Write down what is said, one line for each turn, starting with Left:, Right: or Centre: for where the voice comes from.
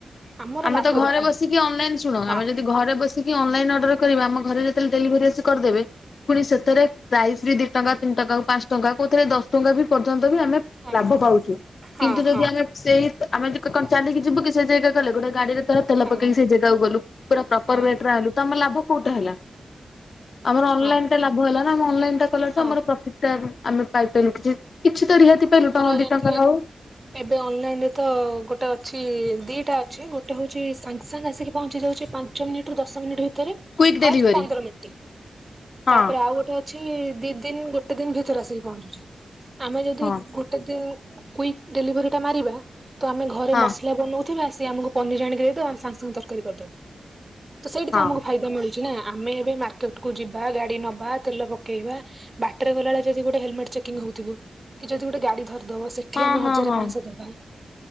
Right: ଆମର
Left: ଆମେ
Right: ଲାଭ
Left: ତ ଘରେ
Right: ଦେଖନ୍ତୁ
Left: ବସିକି ଅନଲାଇନ ଶୁଣ
Right: ହଁ
Left: ଆମେ ଯଦି ଘରେ ବସିକି ଅନଲାଇନ ଅର୍ଡର କରିବା ଆମ ଘରେ ଯେତେବେଳେ ଡେଲିଭରି ଆସି କରିଦେବେ। ପୁଣି ସେଥିରେ ପ୍ରାଇସ୍ ବି ଦି ଟଙ୍କା ତିନି ଟଙ୍କା ପାଞ୍ଚ ଟଙ୍କା କଉଥିରେ ଦଶ ଟଙ୍କା ବି ପର୍ଯ୍ୟନ୍ତ ବି ଆମେ
Right: ହଁ
Left: ଲାଭ ପାଉଛୁ
Right: ହଁ
Left: କିନ୍ତୁ ଯଦି
Right: ହଁ
Left: ଆମେ ସେଇ ଆମେ <unintelligible> କଣ ଚାଲିକି ଯିବୁ କି ସେ ଜାଗା ଗଲେ ଗୋଟେ ଗାଡିରେ ତେଲ
Right: ହଁ
Left: ପକେଇକି ସେ ଜାଗାକୁ ଗଲୁ ପୁରା ପ୍ରପର
Right: ହଁ
Left: ୱେଟ୍ ର ଆଣିଲୁ ତ ଆମର ଲାଭ କୋଉଟା ହେଲା? ଆମର ଅନଲାଇନ
Right: ହଁ
Left: ଟା ଲାଭ ହେଲା ନା ଆମ ଅନଲାଇନ ଟା କଲାଠୁ
Right: ହଁ
Left: ଆମର ପ୍ରଫିଟା ଆମେ ପାଇପାରିଲୁ କିଛି କିଛି ତ ରିହାତି ପାଇଲୁ
Right: ଆମର
Left: ଟଙ୍କା
Right: ଜାଣିଥିବେ
Left: ଦି ଟଙ୍କା ହଉ।
Right: ଏବେ ଅନଲାଇନ ରେ ତ। ଗୋଟେ ଅଛି ଦିଇଟା ଅଛି ଗୋଟେ ହେଉଛି ସାଙ୍ଗେ ସାଙ୍ଗେ ଆସିକି ପହଞ୍ଚି ଯାଉଛି ପାଞ୍ଚ ମିନିଟ ରୁ ଦଶ ମିନିଟ୍ ଭି ତରେ
Left: କୁଇକ୍
Right: ହାଏଷ୍ଟ
Left: ଡେଲିଭରି
Right: ପନ୍ଦର ମିନିଟ୍
Left: ହଁ
Right: ତାପରେ ଆଉ ଗୋଟେ ଅଛି ଦି ଦିନ ଗୋଟେ ଦିନ ଭିତରେ ଆସିକି ପହଞ୍ଚୁଛ ଆମେ ଯଦି
Left: ହଁ
Right: ଦି କୁଇକ ଡେଲିଭରି ଟା ମାରିବା ତ ଆମେ ଘରେ
Left: ହଁ
Right: ମସଲା ବନଉ ଥି ରୁ ଆସି ଆମକୁ ପନିର ଆଣିକି ଦେଇ ଦବ ଆମେ ସାଙ୍ଗେ ସାଙ୍ଗେ ତରକାରୀ କରିଦବୁ ତ ସେଇଠି
Left: ହଁ
Right: ତ ଆମକୁ ଫାଇଦା ମିଳି ଚି ନା ଆମେ ଏବେ ମାର୍କେଟ କୁ ଯିବା ଗାଡି ନବା ତେଲ ପକେଇବା ବାଟରେ ଗଲାବେଳେ ଯଦି ଗୋଟେ ହେଲମେଟ ଚେକିଂ ହଉଥିବ କି ଯଦି ଗୋଟେ ଗାଡି ଧରିଦବ ସେଠି
Left: ହଁ
Right: ଆମେ
Left: ହଁ
Right: ହଜାର
Left: ହଁ
Right: ପାଞ୍ଚଶହ ଦବା।